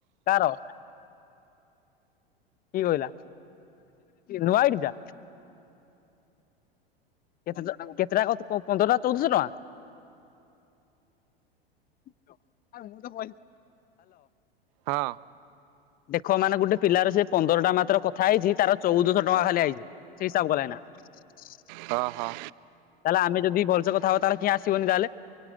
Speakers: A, on the left; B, on the right.
A: କା ର କିଏ କଇଲା ନୂଆ ଆଇଡି ଟା କେତେ କେତେଟଙ୍କା ପନ୍ଦର ଟା ଚଉଦଶହ ଟଙ୍କା ମୁଁ ତ
B: ହଁ
A: ଦେଖ ମାନେ ଗୋଟେ ପିଲାର ସେ ପନ୍ଦର ଟା ମାତ୍ର କଥା ହେଇଛି ତାର ଚଉଦଶହ ଟଙ୍କା ଖାଲି ହେଇଛି ସେଇ ହିସାବ କଲେ ନା ତାହେଲେ
B: ହଁ ହଁ
A: ଆମେ ଯଦି ଭଲସେ କଥା ହବ ତାହେଲେ କିଏ ଆସିବନି ତାହେଲେ।